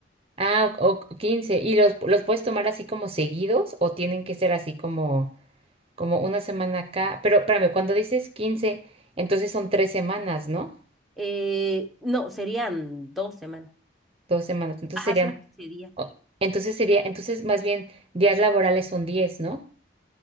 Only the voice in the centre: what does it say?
Eh, no, serían dos semanas.
Ajá,
son 15 días.